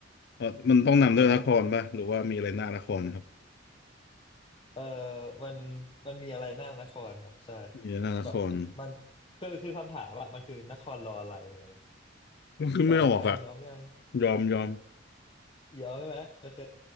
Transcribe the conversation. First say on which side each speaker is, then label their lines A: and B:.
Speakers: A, on the left; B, on the left.
A: เออมันต้องนำด้วยนครป่ะหรือว่ามีอะไรหน้านครครับ
B: นครรออะไรเออมันมันมีอะไรหน้านครครับใช่
A: มีอะไรหน้านคร
B: แบบมันคือคือคำถามอะมันคือนครรออะไรอะไรเงี้ย
A: มันคือไม่ออกอ่ะ
B: ยอมยังยอมยัง
A: ยอมยอม
B: เดียอมใช่ไหมโอเค